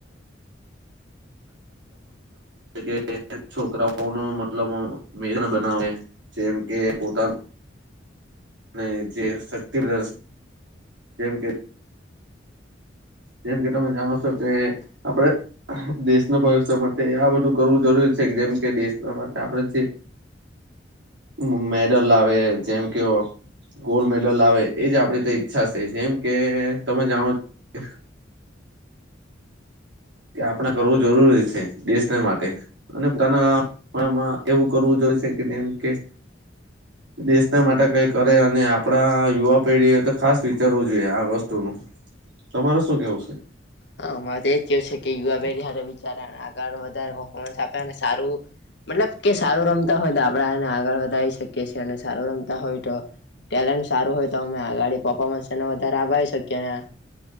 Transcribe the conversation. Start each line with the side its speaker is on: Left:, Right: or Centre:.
Right: કે છોકરાઓનું મતલબ મેર બનાવે જેમ કે પોતાનું અને જે શક્તિવશ જેમ કે જેમ કે તમે જાણો છો કે આપડે દેશના ભવિષ્ય માટે આ બધું કરવું જરૂરી છે. જેમ કે દેશના માટે આપણે જે મ મેડલ આવે જેમ કે ગોલ્ડ મેડલ આવે એજ આપણી તો ઈચ્છા છે જેમ કે તમે જાણો છો <inaudible> કે આપણે કરવું જરૂરી છે દેશને માટે અને પોતાનામાં એવું કરવું જરૂરી જરૂરી છે જેમ કે દેશના માટે કઈ કરે અને આપડા યુવા પેઢીએ તો ખાસ વિચારવું જોઈએ આ વસ્તુ નું તમારે શું કેવું છે?
Left: હા મારે એજ કેવુ છે કે યુવા પેઢી સાથે વિચાર આળ વધારવા આપે સારું મતલબ કે સારું રમતા હોય તો આપણે એને આગળ વધારી શકીએ છીએ અને સારું રમતા હોય તો ટેલેન્ટ સારું હોય તો અમે આગાડી પરફોર્મન્સ એને વધારે આવી શકીએ ને